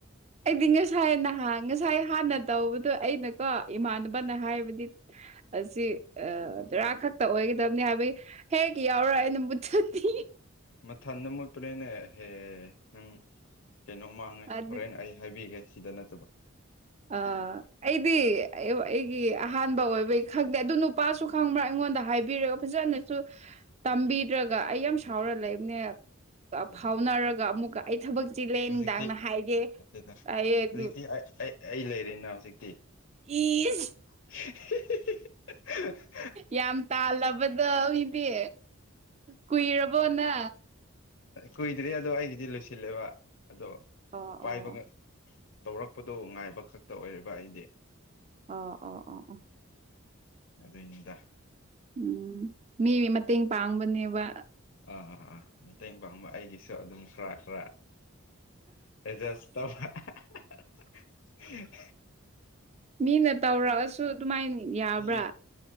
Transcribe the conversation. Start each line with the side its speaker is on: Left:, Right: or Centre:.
Right: ꯑꯩꯗꯤ ꯉꯁꯥꯏ ꯅꯍꯥꯟ ꯉꯁꯥꯏ ꯍꯥꯟꯅ ꯇꯧꯕꯗꯣ ꯑꯩꯅꯀꯣ ꯏꯃꯥꯟꯅꯕꯅ ꯍꯥꯏꯕꯗꯤ ꯑꯁꯤ ꯑ ꯔꯥ ꯈꯛꯇ ꯑꯣꯏꯒꯗꯕꯅꯤ ꯍꯥꯏꯕꯒꯤ꯫ ꯍꯦꯛ ꯌꯥꯎꯔꯑꯥ ꯑꯩꯅꯥ ꯃꯨꯠꯊꯠꯅꯤ
Left: ꯃꯊꯟ ꯑꯃ ꯃꯣꯠꯄꯅꯦꯦꯅꯦꯍꯦ ꯅꯪ ꯀꯩꯅꯣꯃꯥꯡ ꯉꯥꯏ
Right: ꯑꯗꯨ
Left: ꯍꯣꯔꯦꯟ ꯑꯩ ꯍꯥꯏꯕꯤꯒꯦ ꯁꯤꯗ ꯅꯠꯇꯕꯣ
Right: ꯑꯥ ꯑꯩꯗꯤ ꯑꯩꯒꯤ ꯑꯍꯥꯟꯕ ꯑꯣꯏꯕꯒꯤ ꯈꯪꯗꯦ ꯑꯗꯨ ꯅꯨꯄꯥꯁꯨ ꯈꯪꯕ꯭ꯔꯥ ꯑꯩꯉꯣꯟꯗ ꯍꯥꯏꯕꯤꯔꯒ ꯐꯖꯅꯁꯨ ꯇꯝꯕꯤꯗ꯭ꯔꯒ ꯑꯩ ꯌꯥꯝ ꯁꯥꯎꯔ ꯂꯩꯕꯅꯦ
Left: ꯎꯝ
Right: ꯐꯥꯎꯅꯔꯒ ꯑꯃꯨꯛꯀ꯫ ꯑꯩ ꯊꯕꯛ ꯆꯤꯂꯦ
Left: ꯍꯧꯖꯤꯛꯇꯤ
Right: ꯅꯨꯡꯗꯥꯡꯅ ꯍꯥꯏꯒꯦ
Left: ꯅꯠꯇꯦꯗ
Right: ꯑꯩ ꯑꯗꯨ
Left: ꯍꯧꯖꯤꯛꯇꯤ ꯑꯩ ꯑꯩ ꯑꯩ ꯂꯩꯔꯦꯅ ꯍꯧꯖꯤꯛꯇꯤ
Right: ꯏꯗ <unintelligible> <inaudible>
Left: <unintelligible> <inaudible>
Right: ꯌꯥꯝ ꯇꯥꯜꯂꯕꯗꯣ ꯃꯤꯗꯤ ꯀꯨꯏꯔꯕꯣꯅ
Left: ꯀꯨꯏꯗ꯭ꯔꯦ ꯑꯗꯣ ꯑꯩꯒꯤꯗꯤ ꯂꯣꯏꯁꯤꯜꯂꯦꯕ ꯑꯗꯣ
Right: ꯑꯣ ꯑꯣ
Left: ꯄꯥꯏꯕ ꯇꯧꯔꯛꯄꯗꯣ ꯉꯥꯏꯕ ꯈꯛꯇ ꯑꯣꯏꯔꯤꯕ ꯑꯩꯗꯤ
Right: ꯑꯣ ꯑꯣ ꯑꯣ ꯑꯣ
Left: ꯑꯗꯨꯏꯅꯤꯗ
Right: ꯎꯝ ꯃꯤ ꯃꯇꯦꯡ ꯄꯥꯡꯕꯅꯦꯕ
Left: ꯑꯥ ꯑꯥ ꯑꯥ ꯃꯇꯦꯡ ꯄꯥꯡꯕ ꯑꯩꯒꯤꯁꯨ ꯑꯗꯨꯝ ꯈꯔ ꯈꯔ ꯖ ꯑꯁ ꯇ <unintelligible> <inaudible>
Right: ꯃꯤꯅ ꯇꯧꯔꯛꯑꯁꯨ ꯑꯗꯨꯃꯥꯏꯅ ꯌꯥꯕ꯭ꯔꯥ
Left: ꯃꯤ